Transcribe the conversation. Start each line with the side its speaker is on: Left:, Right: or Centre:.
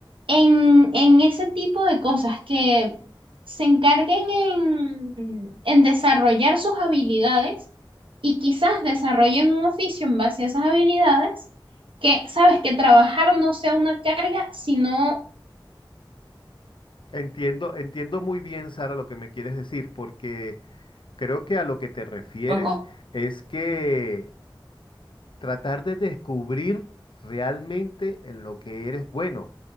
Right: en, en ese tipo de cosas que se encarguen en, en desarrollar sus habilidades y quizás desarrollen un oficio en base a esas habilidades, que sabes que trabajar no sea una carga, sino...
Left: Entiendo, entiendo muy bien, Sara, lo que me quieres decir, porque Creo que a lo que te refieres
Right: Ujú,
Left: es que tratar de descubrir realmente en lo que eres bueno.